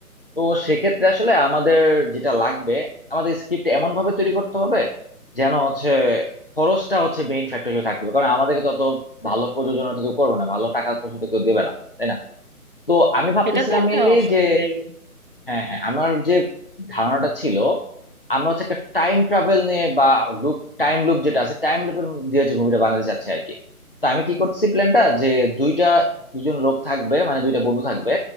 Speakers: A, on the left (about 40°); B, on the right (about 35°).
A: তো সেক্ষেত্রে আসলে আমাদের যেটা লাগবে আমাদের স্ক্রিপ্ট এমন ভাবে তৈরি করতে হবে যেন হচ্ছে খরচটা হচ্ছে মেইন ফ্যাক্টর হিসেবে থাকবে কারণ আমাদেরকে তত ভালো প্রযোজনা তো কেউ করবে না ভালো টাকা পয়সা তো কেউ দেবে না তাই না তো আমি ভাবতেছিলাম
B: সেটা তো একটা
A: মেইনলি
B: অসুবিধেই
A: যে হ্যাঁ হ্যাঁ আমার যে ধারণাটা ছিল আমরা হচ্ছে একটা টাইম ট্রাভেল নিয়ে বা লুপ টাইম লুপ যেটা আছে টাইম লুপের দিয়ে হচ্ছে মুভিটা বানাতে চাচ্ছে আর কি তো আমি কি করতেছি প্ল্যানটা যে দুইটা দুজন লোক থাকবে মানে দুইটা বন্ধু থাকবে